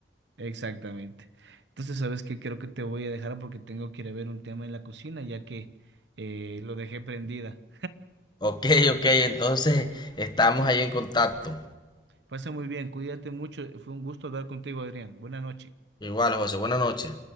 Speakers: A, on the right; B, on the left.
A: Exactamente. Entonces, ¿sabes qué? Creo que te voy a dejar porque tengo que ir a ver un tema en la cocina, ya que eh, lo dejé prendida.
B: Ok, ok, entonces estamos ahí en contacto.
A: Pasa muy bien, cuídate mucho. Fue un gusto hablar contigo, Adrián. Buenas noches.
B: Igual, José, buenas noches.